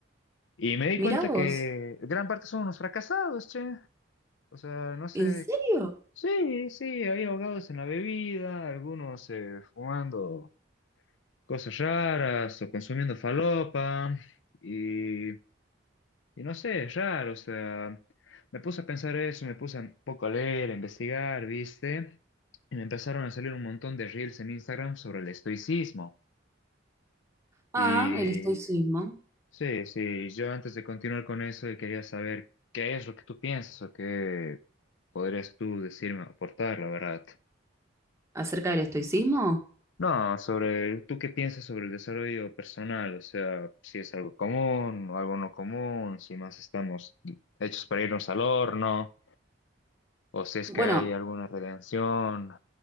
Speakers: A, on the left (about 75°); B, on the right (about 15°).
A: Y me di
B: Mirá
A: cuenta
B: vos,
A: que gran parte son unos fracasados, che. O sea, no sé.
B: ¿en serio?
A: Sí, sí, hay ahogados en la bebida, algunos eh, fumando. cosas raras o consumiendo falopa y, y no sé, es raro, o sea, me puse a pensar eso, me puse un poco a leer, a investigar, ¿viste? Y me empezaron a salir un montón de reels en Instagram sobre el estoicismo.
B: Ah,
A: Y
B: el estoicismo.
A: sí, sí, yo antes de continuar con eso quería saber qué es lo que tú piensas o qué podrías tú decirme o aportar, la verdad.
B: ¿Acerca del estoicismo?
A: No, sobre tú qué piensas sobre el desarrollo personal, o sea, si es algo común o algo no común, si más estamos hechos para irnos al horno, o si es
B: Bueno,
A: que hay alguna redención,